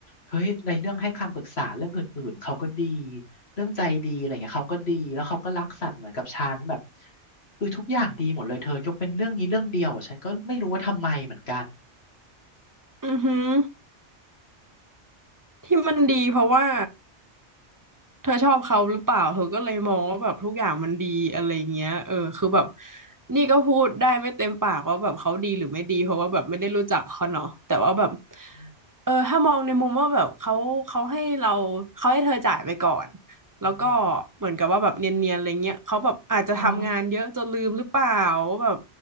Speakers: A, on the left; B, on the right.
A: เฮ้ยในเรื่องให้คำปรึกษาเรื่องอื่นๆเขาก็ดีเรื่องใจดีอะไรเงี้ยเขาก็ดีแล้วเขาก็รักสัตว์เหมือนกับฉันแบบคือทุกอย่างดีหมดเลยเธอยกเป็นเรื่องนี้เรื่องเดียวฉันก็ไม่รู้ว่าทำไมเหมือนกัน
B: อือหือที่มันดีเพราะว่า เธอชอบเขาหรือเปล่าเธอก็เลยมองว่าแบบทุกอย่างมันดีอะไรเงี้ยเออคือแบบนี่ก็พูดได้ไม่เต็มปากว่าแบบเขาดีหรือไม่ดีเพราะว่าแบบไม่ได้รู้จักเขาเนาะแต่ว่าแบบ
A: อืม
B: เออถ้ามองในมุมว่าแบบเขาเขาให้เราเขาให้เธอจ่ายไปก่อนแล้วก็
A: อืมอหือ
B: เหมือนกับว่าแบบเนียนๆอะไรเงี้ยเขาแบบอาจจะทำงานเยอะจนลืมหรือเปล่าว่าแบบ
A: เออ